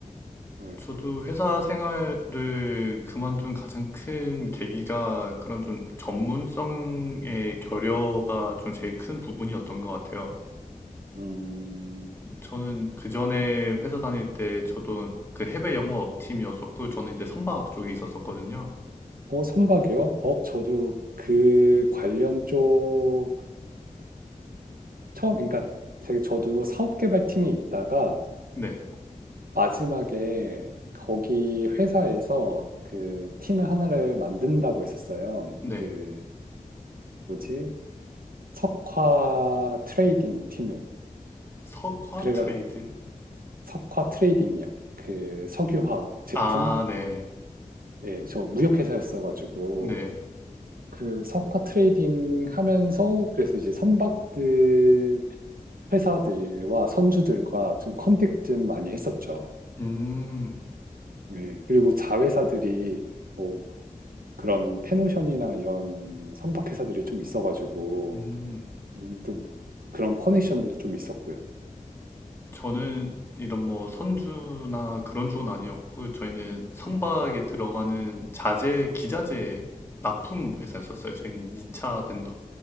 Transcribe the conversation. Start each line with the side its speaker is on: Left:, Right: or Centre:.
Right: 네.
Left: 저도 회사 생활을 그만둔 가장 큰 계기가 그런 좀 전문성의 결여가 좀 제일 큰 부분이었던 것 같아요.
Right: 음,
Left: 저는 그 전에 회사 다닐 때 저도 그 해외 영업 팀이었었고 저는 이제 선박 쪽에 있었었거든요.
Right: 어, 선박이요? 어, 저도 그 관련 쪽을 처음, 그러니까 제- 저도 사업개발팀에 있다가
Left: 네,
Right: 마지막에 거기 회사에서 그 팀을 하나를 만든다고 했었어요.
Left: 네.
Right: 그 뭐지? 석화 트레이딩 팀을.
Left: 석화
Right: 그래가
Left: 트레이드?
Right: 석화 트레이딩이요. 그 석유화 제품
Left: 아, 네,
Right: 예, 저 무역회사였어가지고,
Left: 네.
Right: 그 석가 트레이딩 하면서, 그래서 이제 선박들, 회사들과 선주들과 좀 컨택 좀 많이 했었죠.
Left: 음,
Right: 예, 그리고 자회사들이 뭐 그런 패노션이나 이런 선박회사들이 좀 있어가지고,
Left: 음.
Right: 음, 또 그런 커넥션도 좀 있었고요.
Left: 저는 이런 뭐 선주나 그런 쪽은 아니었고 저희는 선박에
Right: 예.
Left: 들어가는 자재, 기자재 납품 회사였었어요. 저희는 2차 벤더.